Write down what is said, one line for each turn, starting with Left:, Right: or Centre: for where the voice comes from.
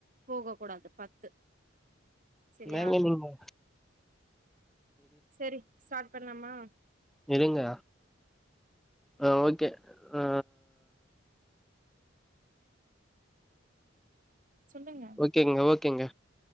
Right: போக கூடாது பத்து சரியா
Centre: மேங்கோ மில்மோ
Right: செரி ஸ்டாட் பண்லாமா
Centre: இருங்க ஆ ஓகே ஆ
Right: சொல்லுங்க
Centre: கேங்க ஓகேங்க